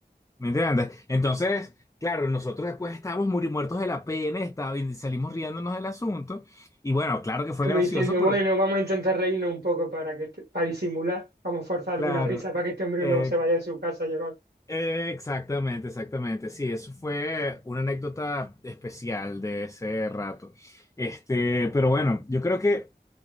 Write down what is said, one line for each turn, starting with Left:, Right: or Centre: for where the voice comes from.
Left: ¿Me entiendes? Entonces, claro, nosotros después estábamos muri- muertos de la pena, estaba- y salimos riéndonos del asunto. Y bueno, claro que fue
Right: Como
Left: gracioso,
Right: diciendo,
Left: pero
Right: bueno, vamos a intentar reírnos un poco para que este- para disimular, vamos a forzar
Left: claro.
Right: alguna risa para que este hombre
Left: eh,
Right: no se vaya de su casa a llorar.
Left: eh, exactamente, exactamente. Sí, eso fue una anécdota especial de ese rato. Este, pero bueno, yo creo que.